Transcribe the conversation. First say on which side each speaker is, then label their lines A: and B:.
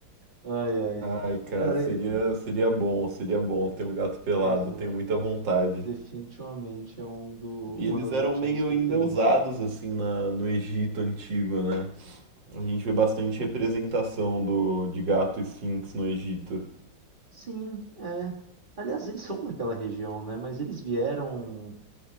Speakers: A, on the right (about 25°); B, on the right (about 65°).
A: Ai, ai.
B: Ai, cara,
A: Cara,
B: seria,
A: e-
B: seria bom, seria bom ter um gato pelado,
A: mas é,
B: tenho muita vontade.
A: definitivamente é um do,
B: E
A: uma
B: eles
A: das
B: eram
A: opções
B: meio
A: que
B: endeusados,
A: eu teria.
B: assim, na, no Egito antigo, né? A gente vê bastante representação do, de gato esfinx no Egito.
A: Sim, é. Aliás, eles são daquela região, né? Mas eles vieram